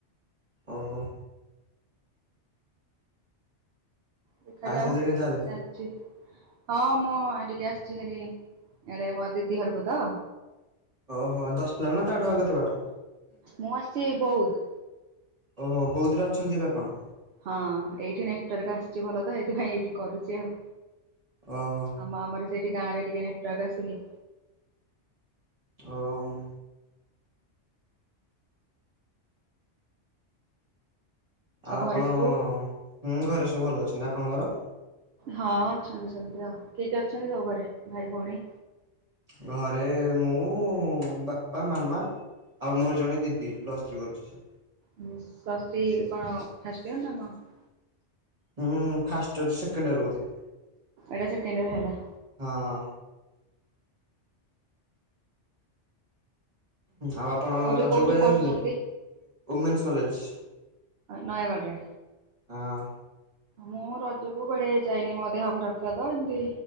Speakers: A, on the right; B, on the right.
A: ଓହୋ।
B: ଦେଖାଯାଉ
A: ଖାଇସାରିଲେଣି ତାହେଲେ
B: ଚାଲ ଚି ହଁ, ମୁଁ ଟିକେ ଆସିଛି ହାରି ଆଡେ ମୋ ଦିଦି ଘରକୁ ତ।
A: ଓହ ଦଶକିଲୋ ନା ତାଠୁ ଆଉ କେତେ ବାଟ?
B: ମୁଁ ଆସିଛି ବୌଦ୍ଧ।
A: ଓହୋ ବୌଦ୍ଧରେ ଅଛନ୍ତି ଏବେ ଆପଣ?
B: ହଁ ଏଇଠି ନେଟୱାର୍କ ଆସୁଛି ଭଲ ତ ଏଇଥିପାଇଁ ଏଇଠି କରୁଛି ଆଉ।
A: ଓହୋ।
B: ଆମ ଆମର ସେଠି ଗାଁରେ ଟିକେ ନେଟୱାର୍କ ଆସୁନି।
A: ଓ ମ ଆଉ ଆପଣ
B: ଘରେ ସବୁ
A: ହୁଁ ଘରେ ସବୁ ଭଲ ଅଛନ୍ତି। ଆପଣଙ୍କର?
B: ହଁ ଅଛନ୍ତି ସେମିତି ଆଉ କିଏ କିଏ ଅଛନ୍ତି ସବୁ ଘରେ? ଭାଇ, ଭଉଣୀ
A: ଘରେ ମୁଁ, ବାପା, ମାମା। ଆଉ ମୋର ଜଣେ ଦିଦି ପ୍ଲସ୍ ଥ୍ରୀ କରୁଛି ସେ।
B: ହୁଁ ପ୍ଲସଥ୍ରୀ କଣ ଫାଷ୍ଟ ଇୟର ନା କଣ?
A: ହୁଁ ଫାଷ୍ଟ ଇୟର, ସେକେଣ୍ଡ ଇୟର ବୋଧେ।
B: ଏଇଟା ସେକେଣ୍ଡ ଇୟର ହେଲା।
A: ହଁ। ଆଉ, ଆପଣ
B: କୋଉଠି
A: ରଜକୁ
B: କୋଉଠି
A: କୁଆ ଯାଇଥିଲେ?
B: ପଢୁଛନ୍ତି
A: ଓମେନ୍ସ କଲେଜ
B: ନୟାଗଡ଼ ରେ।
A: ହଁ।
B: ମୁଁ ରଜକୁ କୁଆଡେ ଯାଇନି ମୋ ଦେହ ଖରାପ ଥିଲା ତ ଏମିତି